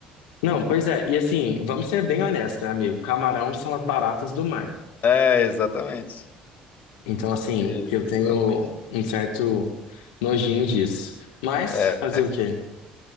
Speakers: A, on the left (about 80°); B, on the left (about 55°).
A: Não, pois é, e assim, vamos ser bem honestos, né, amigo? Camarão são as baratas do mar.
B: É, exatamente.
A: Então, assim,
B: Exatamente.
A: eu tenho um certo nojinho disso. Mas,
B: É,
A: fazer o quê?